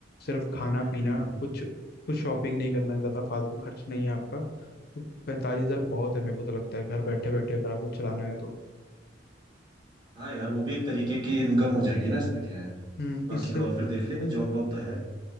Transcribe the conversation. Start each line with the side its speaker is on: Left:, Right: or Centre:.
Left: सिर्फ खाना
Right: हम्म
Left: पीना
Right: हम्म।
Left: कुछ कुछ शॉपिंग नहीं करना है ज्यादा फालतू खर्च नहीं है आपका तो पैंतालीस हजार बहुत है मेरे को तो लगता है घर बैठे बैठे अगर आपको चलाना है तो
Right: हाँ यार वो भी एक तरीके की इनकम हो जाएगी ना इसमें क्या है
Left: हम्म
Right: बाकी
Left: इससे
Right: का और फिर देख लेंगे जॉब वॉब तो है